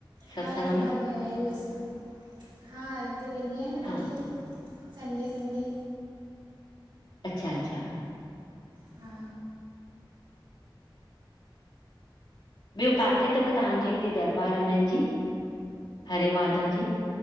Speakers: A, on the left; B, on the right.
A: सत्संग
B: हा हिकु
A: में
B: बार विया आहियूं असां हा हा हिते वेंदी आहियां न
A: हा
B: कॾहिं कॾहिं संडे संडे
A: अच्छा अच्छा
B: हा
A: ॿियो काथे थव तव्हांजे हिते दरबार हिननि जी हरे माधव जी?